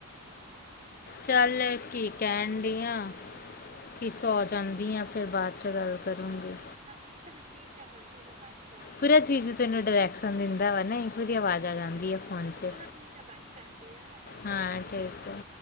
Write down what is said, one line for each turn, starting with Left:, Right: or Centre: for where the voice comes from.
Left: ਚੱਲ ਕੀ ਕਹਨ ਡੀ ਆਂ। ਕੀ ਸੋਂ ਜਾਂਦੀ ਆਂ ਫਿਰ ਬਾਦ 'ਚ ਗੱਲ ਕਰੂੰਗੀ।
Right: ਹਾਂ-ਹਾਂ ਚੱਲ ਠੀਕ ਐ, ਹੁਣ ਫਿਰ ਮੈਂ ਬਾਦ 'ਚ ਕਰੂੰਗੀ,
Left: ਪੂਰਾ
Right: ਚਲੋ
Left: ਜੀਜੂ ਤੈਨੂੰ ਡਾਇਰੈਕਸ਼ਨ ਦਿੰਦਾ ਵਾ ਨਾ ਇਹ ਪੂਰੀ ਆਵਾਜ਼ ਆ ਜਾਂਦੀ ਆ ਫੋਨ 'ਚ
Right: ਠੀਕ ਐ ਬਾਦ ਚੋਂ ਕਰਦੀ ਆ ਹਨਾ।
Left: ਹਾਂ ਠੀਕ ਐ।